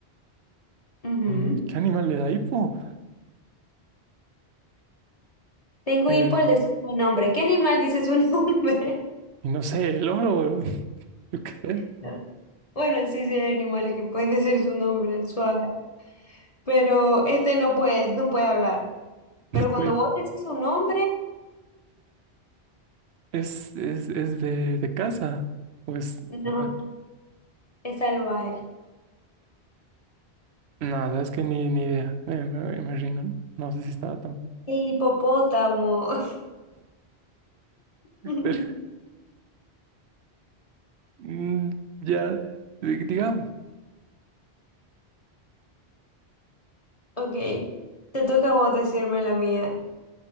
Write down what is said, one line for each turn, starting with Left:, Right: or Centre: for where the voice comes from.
Left: ujú.
Right: ¿Y qué animal le da hipo?
Left: Tengo
Right: El,
Left: hipo al decir mi nombre. ¿Qué animal dice su nombre? <laughs>
Right: y no sé, el oro. <laughs> Yo qué sé.
Left: No. Bueno, sí, sí hay animales que pueden decir su nombre, el suave. Pero este no puede, no puede hablar. Pero cuando
Right: Pues,
Left: vos decís su nombre,
Right: es, es, es de, de casa. O es
Left: no,
Right: salvaje.
Left: es salvaje.
Right: Nada, es que ni, ni idea. Me, me, me rindo. No sé si estaba tan fácil.
Left: El hipopótamo.
Right: <laughs>
Left: <laughs>
Right: Pero mm, ya, di- digamos.
Left: Ok, te toca a vos decirme la mía.